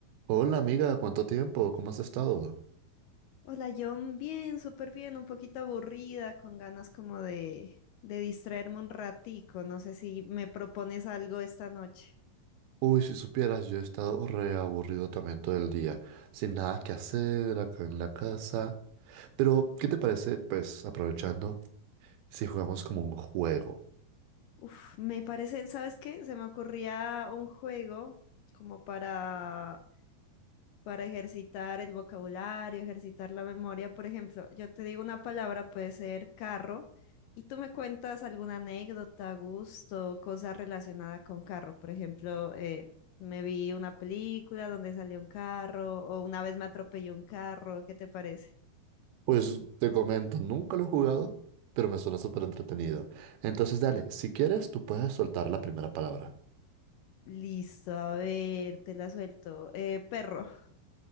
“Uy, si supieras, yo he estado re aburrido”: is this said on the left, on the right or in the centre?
Right